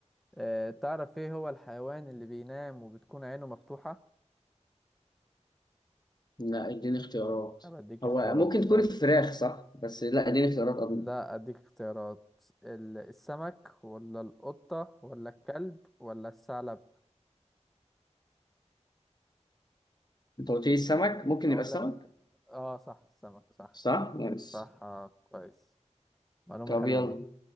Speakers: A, in the centre; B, on the left.
A: آه، تعرف ايه هو الحيوان اللي بينام وبتكون عينه مفتوحة
B: لا اديني اختيارات
A: انا بديك
B: هو
A: اختيارات
B: ممكن
A: ساعد
B: تكون الفراخ صح بس لا اديني اختيارات قبل
A: لا اديك اختيارات ال- السمك ولا القطة ولا الكلب ولا الثعلب
B: انت قلت لي السمك ممكن
A: اقول
B: يبقى السمك
A: لك اه صح السمك صح
B: صح نايس
A: صح آه كويس معلومة
B: طب
A: حلوة
B: يلا
A: دي